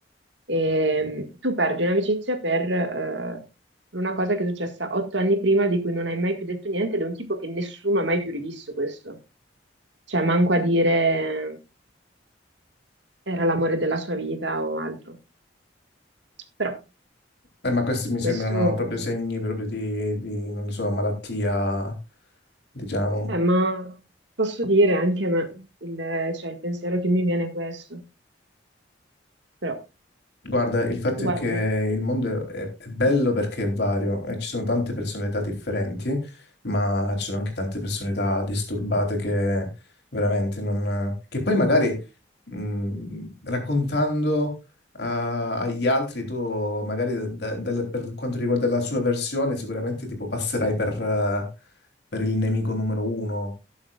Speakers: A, on the right; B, on the left.
A: E, mm, tu perdi un'amicizia per, eh, per una cosa che è successa otto anni prima, di cui non hai mai più detto niente, ed è un tipo che nessuno ha mai più rivisto questo. Cioè, manco a dire era l'amore della sua vita o altro. Però
B: Eh, ma questi mi sembrano
A: questo...
B: proprio segni proprio di, di, non lo so, malattia, diciamo.
A: Eh, ma posso dire anche a me, il, cioè, il pensiero che mi viene è questo. Però,
B: Guarda, il fatto è
A: Guarda,
B: che il mondo è, è bello perché è vario e ci sono tante personalità differenti, ma ci sono anche tante personalità disturbate che veramente non... che poi magari mh, raccontando a- agli altri, tu magari da- dal- per quanto riguarda la sua versione, sicuramente tipo passerai per, eh, per il nemico numero uno.